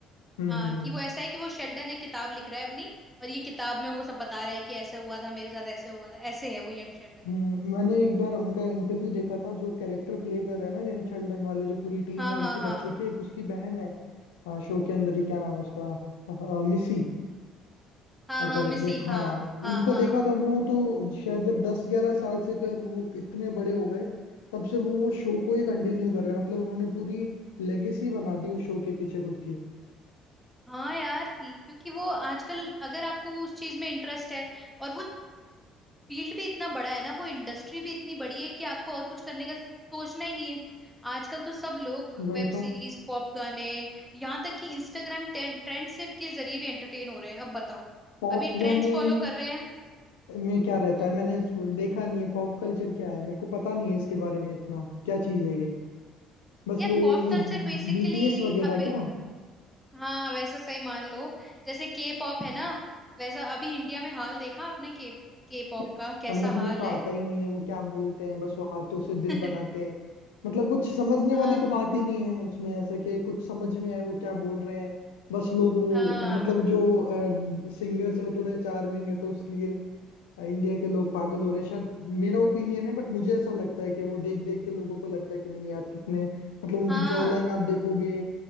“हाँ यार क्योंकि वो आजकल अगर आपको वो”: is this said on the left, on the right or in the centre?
Centre